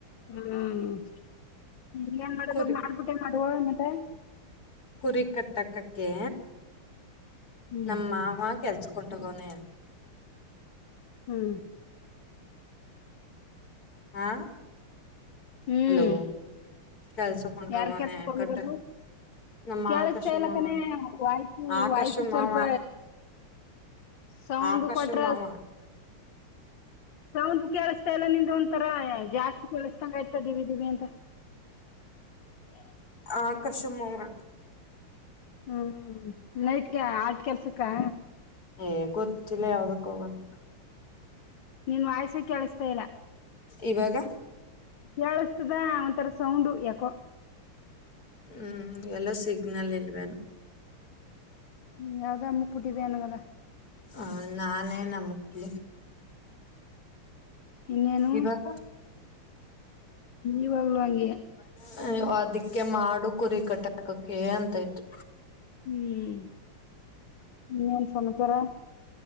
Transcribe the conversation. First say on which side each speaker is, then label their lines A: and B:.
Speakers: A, on the left (about 60°); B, on the left (about 40°).
A: ಹ್ಮ್ <unintelligible> ಏನ್ ಮಾಡುದು
B: ಕುರಿ
A: ಮಾಡ್ಬಿಟ್ಟೆ ಮಾಡುವ ಮತ್ತ.
B: ಕುರಿ ಕಟ್ಟಾಕಕ್ಕೆ
A: ಹ್ಮ್
B: ನಮ್ಮ ಮಾವ ಕೆಲ್ಸಕೊಂಡಂಟಗೋನೇ
A: ಹ್ಮ್
B: ಹಾ
A: ಹ್ಮ್
B: ಅಲೋ ಕೆಲ್ಸಕ್ಕಂಟೋಗಣೆ
A: ಯಾರ್ ಕೆಲ್ಸಕ್ ಹೋಗಿರೋದು
B: ಕಟ್ಟ ನಮ್ಮ
A: ಕೇಳಸ್ತಾ
B: ಆಕಾಶಮ
A: ಇಲ್ಲ ಕಣೆ ವಾಯ್ಸು
B: ಆಕಾಶ
A: ವಾಯ್ಸು
B: ಮಾವಾ.
A: ಸ್ವಲ್ಪ ಸೌಂಡ್
B: ಆಕರ್ಷ
A: ಕೊಟ್ರ
B: ಮಾವಾ.
A: ಸೌದ ಕೇಳಸ್ತಾ ಇಲ್ಲ ನಿಂದ ಅನಂತರ ಜಾಸ್ತಿ ಕೇಳಸ್ತಂಗ ಆಯ್ತ ದಿವಿ ದಿವಿ ಅಂತ. <unintelligible>
B: ಆಕಾಶು ಮಾಮಾ.
A: ಹ್ಮ್ ನೈಟ್ಗೆ ಆಟ ಕೆಲ್ಸಕ್ಕಾ.
B: ಏ ಗೊತ್ತಿಲ್ಲ ಯಾವ್ದಕ್ ಹೋಗನಾ.
A: ನೀನ್ ವಾಯ್ಸ ಕೇಳಿಸತಾ ಇಲ್ಲ.
B: ಇವಾಗ
A: ಕೇಳಸ್ತದ ಒಂಥರ ಸೌಂಡ್ ಯಾಕೋ.
B: ಹ್ಮ್ ಎಲ್ಲೋ ಸಿಗ್ನಲ್ ಇಲ್ವೇನೊ.
A: ಹ ಯಾವ್ದದ ಅಮುಕ್ಬಿಟ್ಟಿದೆ ಅನಂಗದ.
B: ಹ ನಾನೇ ಅಮುಕ್ಲಿ.
A: ಇನ್ನೇನು
B: ಇವಾಗ
A: ಇವಾಗ್ಲೂ ಹಾಂಗೆಯ.
B: <unintelligible> ಅದಕ್ಕೆ ಮಾಡು ಕುರಿ ಕಟ್ಟಾಕಕ ಅಂತಯ್ತು.
A: ಹ್ಮ್ ಇನ್ನೇನ್ ಸಮಾಚಾರ.